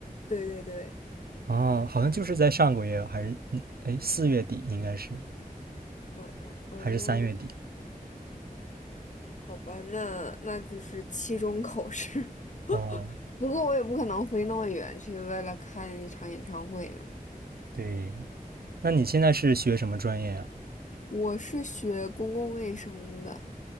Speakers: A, on the left; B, on the right.
A: 对对对，
B: 哦，好像就是在上个月，还是嗯，哎，四月底应该是，
A: 嗯嗯嗯，
B: 还是三月底？
A: 好吧，那那就是期中考试。<laughs>
B: 哦，
A: 不过我也不可能飞那么远去为了看一场演唱会了。
B: 对，那你现在是学什么专业呀？
A: 我是学公共卫生的，